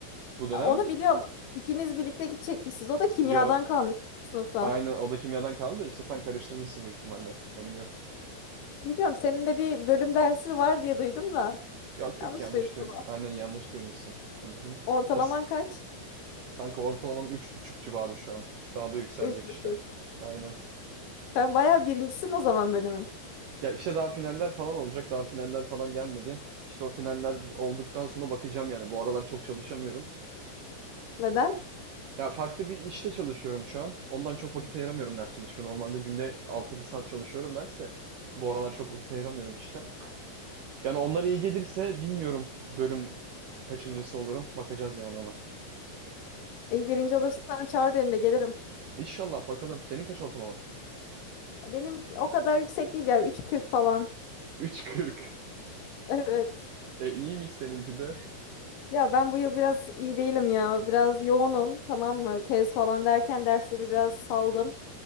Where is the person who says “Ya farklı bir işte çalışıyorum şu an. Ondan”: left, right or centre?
Right